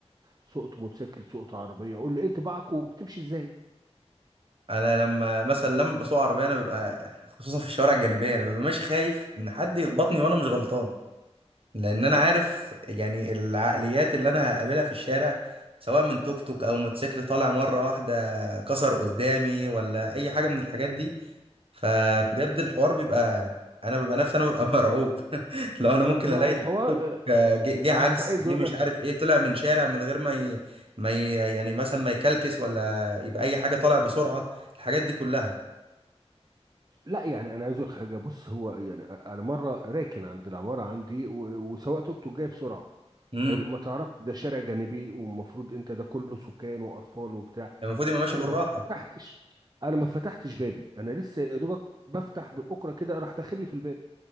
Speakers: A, on the right (about 35°); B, on the right (about 55°).
A: سوقت موتوسيكل سوقت عربيه قول لي ايه انطباعك وبتمشي ازاي
B: انا لما مثلا لما بسوق عربيه انا ببقى خصوصا في الشوارع الجانبيه انا ببقى ماشي خايف ان حد يخبطني وانا مش غلطان لان انا عارف يعني العقليات اللي انا هقابلها في الشارع سواء من توك توك او موتوسيكل طالع مره واحده كسر قدامي ولا اي حاجه من الحاجات دي فبجد
A: مم.
B: الحوار بيبقى انا ببقى نفسي انا ببقى مرعوب <laughs> لو انا ممكن
A: مع
B: الاقي
A: الحوار
B: توك توك
A: آه،
B: آه، جه جه عكس
A: انا عايز
B: جه
A: اقول
B: مش
A: لك
B: عارف ايه طلع من شارع من غير ما ي... ما ي... يعني مثلا ما يكلكس ولا يبقى اي حاجه طالع بسرعه الحاجات دي كلها
A: لا يعني انا عايز اقول لك حاجه بص هو يعني انا مره راكن عند العماره عندي و- وسواق توك توك جاي بسرعه
B: امم
A: حلو ما تعرفش ده شارع جانبي والمفروض انت ده كله سكان واطفال وبتاع
B: المفروض يبقى ماشي
A: انا
B: بالراحه
A: ما فتحتش انا ما فتحتش بابي انا لسه يا دوبك بفتح بالاكره كده راح داخل لي في الباب